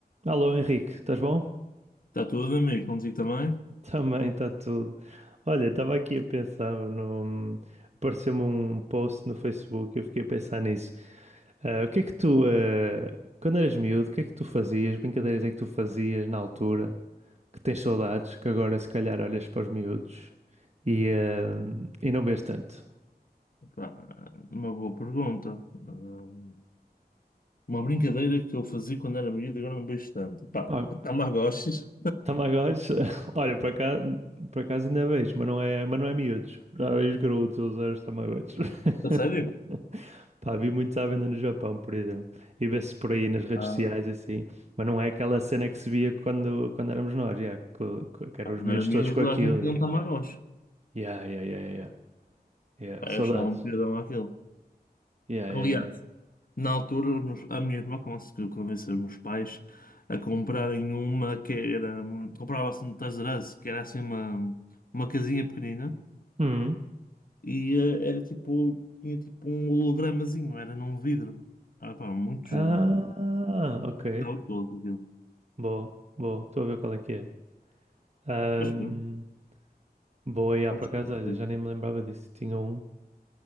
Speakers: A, on the right; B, on the left.
A: Alô Henrique, estás bom? <laughs>
B: Está tudo, amigo, contigo também?
A: Também está tudo. Olha, estava aqui a pensar no. Apareceu-me um post no Facebook e eu fiquei a pensar nisso. Ah, o que é que tu, ah, quando eras miúdo, o que é que tu fazias? Brincadeiras é que tu fazias na altura? Que tens saudades, que agora se calhar olhas para os miúdos e, ah, e não vês tanto.
B: Pá, uma boa pergunta. Hum, Uma brincadeira que eu fazia quando era miúdo e agora não vejo tanto. Pá,
A: Pá,
B: Tamagotchis.
A: Tamagotchis, <laughs> olha, para cá, por acaso ainda vejo, mas não é, mas não é miúdos. Já vejo graúdos a usar os Tamagotchis.
B: A
A: <laughs>
B: sério?
A: Pá, vi muitos à venda no Japão, por exemplo, e vê-se por aí nas redes
B: Ah.
A: sociais e assim, mas não é aquela cena que se via quando, quando éramos nós, já co- co- que eram
B: Pá, quando
A: os miúdos
B: era miúdo
A: todos com
B: toda
A: aquilo.
B: a gente tinha
A: Já,
B: um Tamagotchi.
A: Yeah, yeah, yeah, yeah, yeah. yeah,
B: Pá,
A: Saudades.
B: eu achava um piadão aquilo.
A: Yeah, yeah,
B: Aliás,
A: yeah.
B: na altura os meus- a minha irmã conseguiu convencer os meus pais a comprarem uma que era... hum, Comprava-se no Toys R Us, que era assim uma, uma casinha pequenina.
A: Hum.
B: E eh, era tipo, tinha tipo um hologramazinho, era num vidro. Ah, pá, muito
A: Ah,
B: giro, não.
A: ok.
B: Ficava todo aquilo.
A: Boa, boa. Estou a ver qual é que é. Ahm,
B: Mas pronto,
A: boa, yeah,
B: vou
A: por
B: já
A: acaso,
B: perceber,
A: olha, já nem me lembrava disso. Tinha um,